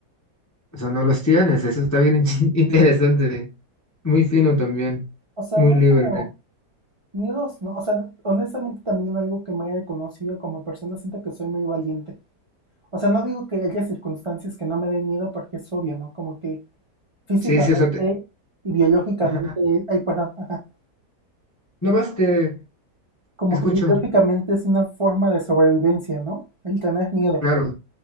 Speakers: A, on the left; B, on the right.
A: o sea, no los tienes, eso está bien <laughs> interesante, muy fino también,
B: O sea,
A: muy
B: no
A: libre.
B: como miedos, no. O sea, honestamente también algo que me he reconocido como persona, siento que soy muy valiente. O sea, no digo que haya circunstancias que no me den miedo porque es obvio, ¿no? Como que físicamente
A: Sí, sí, o sea, te,
B: y biológicamente,
A: ajá.
B: ay, perdón, ajá,
A: No más te
B: como
A: escucho,
B: que biológicamente es una forma de sobrevivencia, ¿no? El tener miedo.
A: claro,